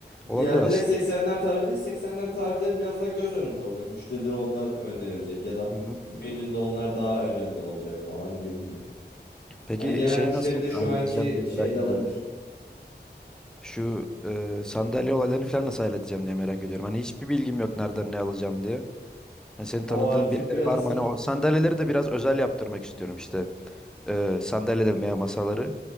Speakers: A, in the centre; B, on the left (about 65°).
A: Olabilir
B: Ya
A: aslında.
B: direkt 80'ler tarifi değil, 80'ler tariflerin biraz daha göz önünde olacak. Müşterilere onlar önerilecek ya da
A: Hı-hı.
B: menünde onlar daha ön önde olacak falan gibi gibi.
A: Peki
B: Hani gelen
A: şeyi
B: müşteri
A: nasıl
B: de şu
A: halledeceğim
B: anki
A: diye
B: şeyi
A: merak
B: de alabilir.
A: ediyorum. Şu e, sandalye olaylarını falan nasıl halledeceğim diye merak ediyorum. Hani hiçbir bilgim yok nereden ne alacağım diye. Hani senin
B: O
A: tanıdığın
B: artık
A: birileri
B: biraz
A: var mı? Hani o sandalyeleri de biraz özel yaptırmak istiyorum işte. E, sandalyeler veya masaları.